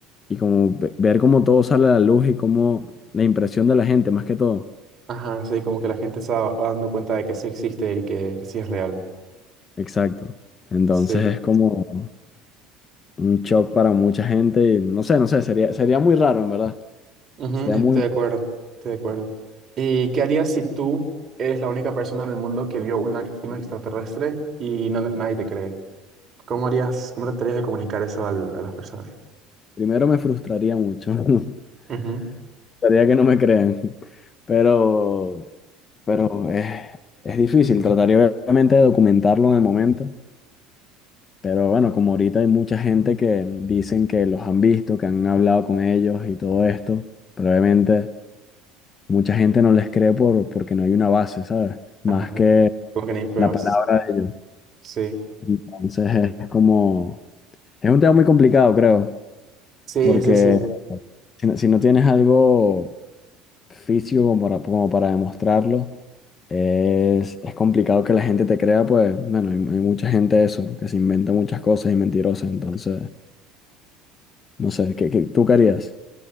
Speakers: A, on the left; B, on the right.
A: y como ve- ver cómo todo sale a la luz y cómo la impresión de la gente, más que todo.
B: Ajá, sí, como que la gente se va va dando cuenta de que sí existe y que, que sí es real.
A: Exacto. Entonces
B: Sí,
A: es como un shock para mucha gente y no sé, no sé, sería, sería muy raro en verdad.
B: Ujú,
A: Sería
B: estoy
A: muy,
B: de acuerdo, estoy de acuerdo. ¿Y qué harías si tú eres la única persona en el mundo que vio una, un extraterrestre y no, nadie te cree? ¿Cómo harías, cómo tratarías de comunicar eso al- a las personas?
A: primero me frustraría mucho. <laughs>
B: Ujú,
A: Sería que no me crean. Pero, pero es, es difícil. Trataría obviamente de documentarlo en el momento Pero bueno, como ahorita hay mucha gente que dicen que los han visto, que han hablado con ellos y todo esto, probablemente mucha gente no les cree por, porque no hay una base, ¿sabes? Más
B: Ajá.
A: que
B: Como que no hay pruebas.
A: la palabra de ellos.
B: Sí.
A: Entonces es como, es un tema muy complicado, creo,
B: Sí,
A: porque
B: sí, sí.
A: si, no si no tienes algo físico como para, como para demostrarlo, es, es complicado que la gente te crea, pues bueno, hay, hay mucha gente eso, que se inventa muchas cosas y mentirosas, entonces... No sé, ¿qué, qué- tú querías